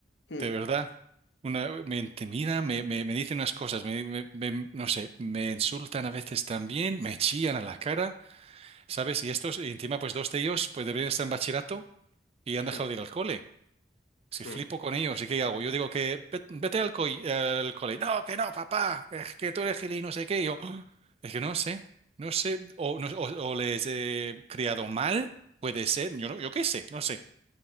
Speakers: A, on the left; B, on the right.
A: mm,
B: de verdad. Una, me intimida, me, me, me dicen unas cosas, me, me- me- no sé, me insultan a veces también, me chillan a la cara, ¿sabes? Y estos, y encima, pues dos de ellos, pues deberían estar en bachillerato y han dejado
A: mm,
B: de ir al cole. Si
A: mm.
B: flipo con ellos, ¿y qué hago? Yo digo que "Ve- vete al, coi- al cole. No, que no, papá, es que tú eres gil y no sé qué. Yo, "Ah, es que no sé, no sé, o, no- o- o les he criado mal, puede ser, yo no, yo qué sé, no sé.